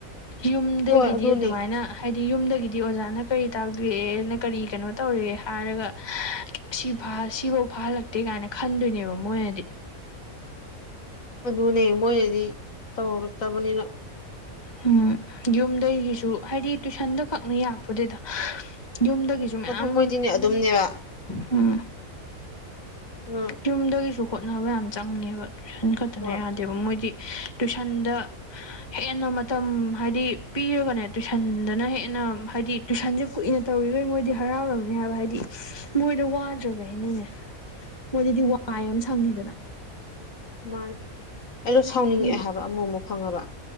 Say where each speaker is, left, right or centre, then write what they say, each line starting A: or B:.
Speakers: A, on the left (about 20°); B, on the left (about 65°).
A: ꯌꯨꯝꯗꯒꯤꯗꯤ
B: ꯍꯣꯏ ꯑꯗꯨꯅꯦ
A: ꯅ ꯍꯥꯏꯗꯤ ꯌꯨꯝꯗꯒꯤꯗꯤ ꯑꯣꯖꯥꯅ ꯀꯔꯤ ꯇꯥꯛꯗꯨꯌꯦꯅ ꯀꯔꯤ ꯀꯩꯅꯣ ꯇꯧꯔꯦ ꯍꯥꯏꯔꯒ ꯁꯤꯐꯥ ꯁꯤꯕꯧ ꯐꯥꯍꯜꯂꯛꯇꯦ ꯒꯥꯏꯅ ꯈꯟꯗꯣꯏꯅꯦꯕ ꯃꯣꯏꯅꯗꯤ꯫
B: ꯑꯗꯨꯅꯦ ꯃꯣꯏꯅꯗꯤ ꯇꯧꯔꯛꯇꯕꯅꯤꯅ
A: ꯍꯝ ꯌꯨꯝꯗꯩꯒꯤꯁꯨ ꯍꯥꯏꯗꯤ ꯇꯨꯏꯁꯟꯗ ꯈꯛꯅ ꯌꯥꯄꯣꯇꯦꯗ꯫ ꯌꯨꯝꯗꯒꯤꯁꯨ ꯃꯌꯥꯝ
B: ꯑꯗꯨ ꯃꯣꯏꯗꯤꯅꯦ ꯑꯗꯨꯝꯅꯦꯕ
A: ꯍꯝ
B: ꯎ
A: ꯌꯨꯝꯗꯒꯤꯁꯨ ꯍꯣꯠꯅꯕ ꯌꯥꯝ ꯆꯪꯉꯦꯕ ꯇꯨꯏꯁꯟ ꯈꯠꯇꯅ
B: ꯍꯣꯏ
A: ꯌꯥ ꯗ‌ꯦꯕ ꯃꯣꯏꯗꯤ ꯇꯨꯏꯁꯟꯗ ꯍꯦꯟꯅ ꯃꯇꯝ ꯍꯥꯏꯗꯤ ꯄꯤꯔꯒꯅꯦ ꯇꯨꯏꯁꯟꯗꯅ ꯍꯦꯟꯅ ꯍꯥꯏꯗꯤ ꯇꯨꯏꯁꯟꯁꯦ ꯀꯨꯏꯅ ꯇꯧꯔꯤꯒꯩ ꯃꯣꯏꯗꯤ ꯍꯔꯥꯎꯔꯝꯅꯤ ꯍꯥꯏꯕ ꯍꯥꯏꯗꯤ ꯃꯣꯏꯗ ꯋꯥꯗ꯭ꯔꯕꯅꯤꯅꯅꯦ꯫ ꯃꯣꯏꯗꯗꯤ ꯋꯥꯏ ꯑꯝ ꯁꯪꯉꯦꯗꯅ꯫
B: ꯃꯥꯟ ꯑꯩꯗ‌ꯣ ꯁꯥꯎꯅꯤꯡꯉꯛꯑꯦ
A: ꯑꯗꯨꯒꯤ
B: ꯍꯥꯏꯕ ꯑꯃꯨꯃꯨꯛ ꯈꯪꯉꯕ꯫